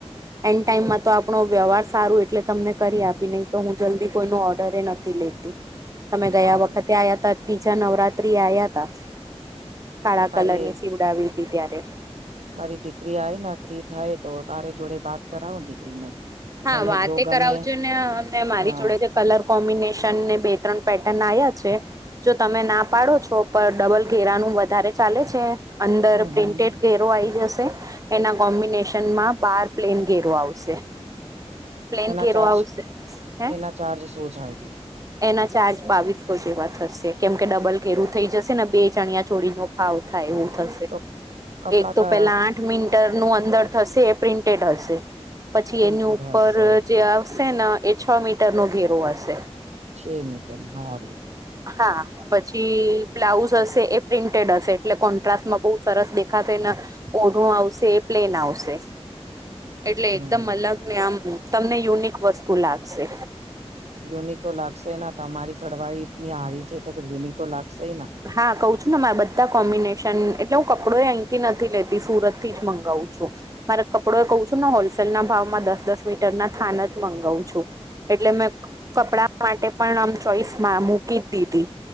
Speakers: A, on the right; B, on the right.
A: એન્ડ ટાઈમમાં તો આપણો વ્યવહાર સારું એટલે તમને કરી આપી નહી તો હું જલ્દી કોઈનો ઓર્ડરે એ નથી લે તમે ગયા
B: હારું
A: વખતે આ્યા ત ત્રીજા નવરાત્રી આવયા ત કાળા
B: તારી
A: કલર ની સીવડાવી હતી ત્યારે
B: મારી દીકરી આવે ને ફ્રી થાય તો તારે જોડે બાત કરાવો દીકરીને.
A: હા
B: એને
A: વાતે
B: જો ગમે
A: કરાવજું ને અમને મારી
B: હા
A: જોડે જ કલર કોમ્બિનેશન ને બે ત્રણ પેટર્ન આવ્યા છે. જો તમે ના પાડો છો પર ડબલ ઘેરાનું વધારે ચાલે છે. અંદર
B: હમ
A: પ્રિન્ટેડ
B: હમ
A: ઘેરો આ આવી જશે. એના કોમ્બિનેશન માં બાર પ્લેન ઘેરો આવશે. પ્લેન
B: એના
A: ઘેરો
B: ચાર્જ
A: આવશે હે
B: એના ચાર્જ સોચ હોય છે.
A: એના ચાર્જ. બાવીસો જેવા થશે કેમ કે ડબલ ઘેરું થઈ જશે ને બે ચણિયા ચોળ નો ભાવ થાય એવું થશે.
B: તો કપડા
A: એક તો
B: કા
A: પેલા આઠ મિટર નું અંદર થશે એ પ્રિન્ટેડ હશે. પછી
B: પ્રિન્ટેડ
A: એની ઉપર
B: હશે
A: જે આવશે ને એ છ મીટરનોો ઘેરો હશે.
B: છ મિટ હા ર.
A: હા પછી. બ્લાઉઝ હશે એ પ્રિન્ટેડ હશે એટલે કોન્ટ્રાસ્ટમાં બહુ સરસ દેખાશે ને. ઓનુંું આવશે પ્લેન આવશે. એટલે
B: હમ
A: એકદમ અલગ ને આમ તમને યુનિક વસ્તુ લાગશે.
B: યુનિ તો લાગશે તમારી સળવાળ ટની હારી છે તો યુનિ તો લાગશે.
A: હા કઉું છું ને મારા બધા કોમ્બિનેશન એટલે હું કપડો અંકી નથી લેતી સુરત થી જ મંગાવું છું. મારે કપડો એ કહું છું ને હોલસેલ ના ભાવમાં દસ દસ મીટર ના થાન જ મગાવું છું. એટલે મેં કપડા માટે પણ આમ ચોઈસ મૂકી જ દીધી